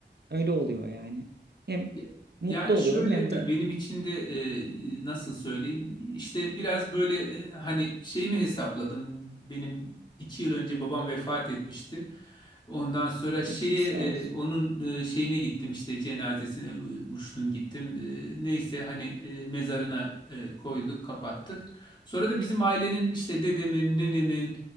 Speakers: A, on the right (about 60°); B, on the left (about 25°).
A: Öyle oluyor yani. Hem
B: Ya-
A: mutlu
B: Yani
A: oluyorum
B: şöyle
A: hem
B: be-
A: de
B: benim için de e, nasıl söyleyeyim işte biraz böyle e, hani şeyimi hesapladım benim iki yıl önce babam vefat etmişti ondan sonra şeye
A: başınız sağ olsun.
B: e, onun e, şeyine gittim işte cenazesine e, uçtum gittim E, neyse hani e, mezarına e, koyduk kapattık sonra da bizim ailenin işte dedemin nenemin